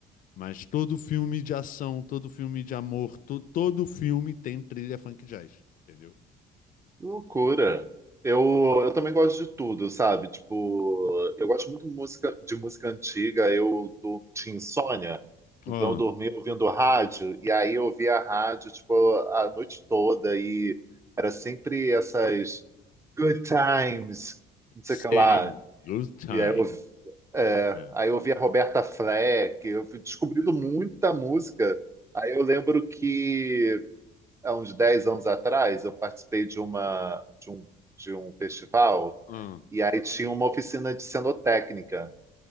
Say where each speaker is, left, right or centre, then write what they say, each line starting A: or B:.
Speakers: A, on the left; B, on the right.
A: Mas todo filme de ação, todo filme de amor, to- todo filme tem trilha funk jazz, entendeu?
B: Que loucura. Eu, eu também gosto de tudo, sabe? Tipo, eu gosto muito de música, de música antiga. Eu do, tinha insônia,
A: Ah,
B: então eu dormia ouvindo rádio, e aí eu ouvia rádio, tipo, a noite toda, e era sempre essas good times, não sei
A: sim,
B: o que lá.
A: good time.
B: E aí eu, ouvi- é,
A: É.
B: aí eu ouvia Roberta Fleck, eu fui descobrindo muita música. Aí eu lembro que há uns 10 anos atrás, eu participei de uma de um, de um festival
A: Ah,
B: e aí tinha uma oficina de cenotécnica.